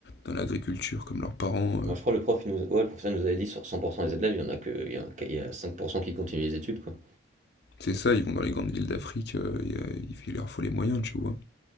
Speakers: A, on the left; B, on the right.
A: dans l'agriculture, comme leurs parents.
B: Moi,
A: euh.
B: je crois que le prof, il nous, ouais, le professeur nous avait dit sur 100% des élèves, il y en a que, il y en a, il y a 5% qui continuent les études, quoi.
A: C'est ça, ils vont dans les grandes villes d'Afrique, euh, et, euh, il, il leur faut les moyens, tu vois.